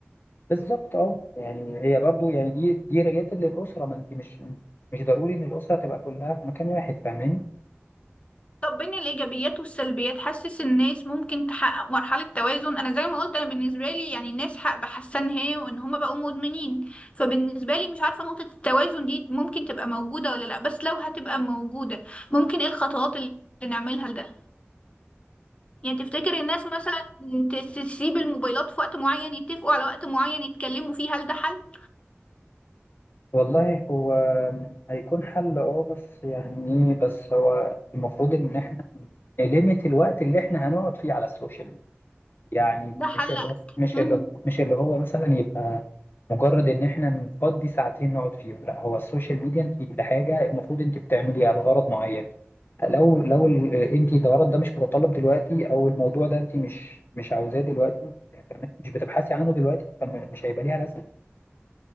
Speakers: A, on the left; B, on the left.
A: بالظبط أه يعني هي برضو يعني دي دي ريليتد للأسرة ما أنت مش مش ضروري إن الأسرة تبقى كلها في مكان واحد فاهماني؟
B: طب بين الإيجابيات والسلبيات حاسس الناس ممكن تحقق مرحلة توازن أنا زي ما قلت أنا بالنسبة لي يعني الناس حق بحسها إن هي وإن هما بقوا مدمنين فبالنسبة لي مش عارفة نقطة التوازن دي ممكن تبقى موجودة ولا لأ بس لو هتبقى موجودة ممكن إيه الخطوات اللي نعملها لده يعني تفتكر الناس مثلا تس- تسيب الموبايلات في وقت معين يتفقوا على وقت معين يتكلموا فيه هل ده حل؟
A: والله هو هيكون حل اه بس يعني ايه بس هو المفروض ان احنا نليمت الوقت اللي احنا هنقعد فيه على السوشيال ميديا يعني
B: ده حل
A: مش اللي
B: أذكى
A: هو مش اللي هو مش اللي هو مثلا يبقى مجرد ان احنا نفضي ساعتين نقعد فيهم لا هو السوشيال ميديا انت لحاجه المفروض انت بتعمليها لغرض معين لو لو ال- آه، انت الغرض ده مش متطلب دلوقتي او الموضوع ده انت مش مش عاوزاه دلوقتي يعني مش بتبحثي عنه دلوقتي فمش هيبقى ليها لازمه